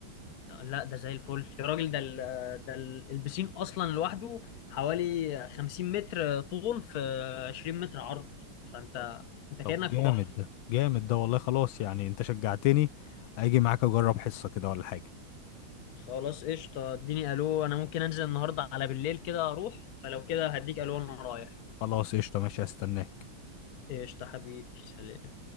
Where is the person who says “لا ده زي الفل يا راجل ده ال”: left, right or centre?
Left